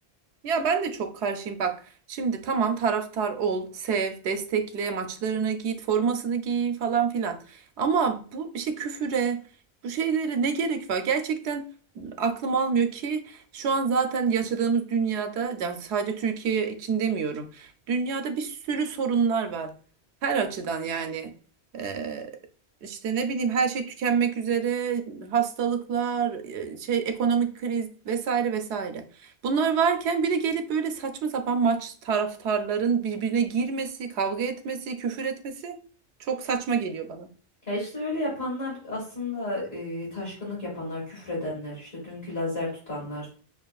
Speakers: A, on the right; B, on the left.
A: Ya ben de çok karşıyım bak. Şimdi tamam taraftar ol, sev, destekle, maçlarına git, formasını giy falan filan. Ama bu işte küfüre, bu şeylere ne gerek var? Gerçekten aklım almıyor ki şu an zaten yaşadığımız dünyada ya sadece Türkiye için demiyorum. Dünyada bir sürü sorunlar var. Her açıdan yani. Ee, işte ne bileyim her şey tükenmek üzere, hastalıklar, e, şey ekonomik kriz vesaire vesaire. Bunlar varken bir de gelip böyle saçma sapan maç taraftarların birbirine girmesi, kavga etmesi, küfür etmesi çok saçma geliyor bana.
B: Ya işte öyle yapanlar aslında e, taşkınlık yapanlar, küfredenler, işte dünkü lazer tutanlar